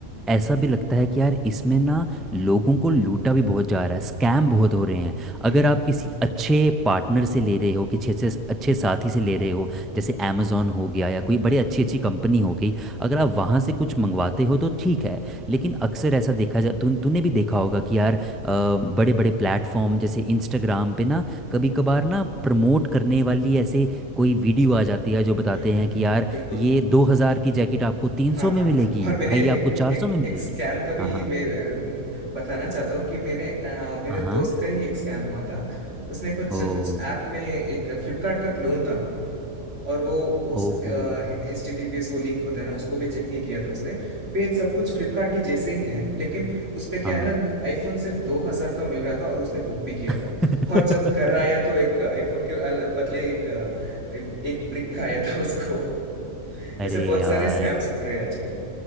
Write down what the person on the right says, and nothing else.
हैं
हम्म हम्म
हम्म,
बिल्कुल
हाँ
हाँ
और मैंने
एक
एक
एक स्कैम का भी
मैं अ, बताना चाहता हूँ कि मैंने अ, मेरे
दोस्त का ही एक स्कैम हुआ था उसने कुछ
कुछ ऐप में एक फ्लिपकार्ट का क्लोन था वो और वो उस
एच टी टी पी एस वो लिंक होता है ना उसको भी चेक नहीं किया था उसने पेज सब कुछ फ्लिपकार्ट के जैसे ही है लेकिन उस पे क्या
है ना आईफोन सिर्फ दो हजार का मिल रहा था और उसने बुक भी किया था
और जब घर आया तो एक आईफोन के अल- बदले एक अ, एक ब्रिक का आया था उसको
ऐसे बहुत
सारे स्कैम्स हो रहे हैं आजकल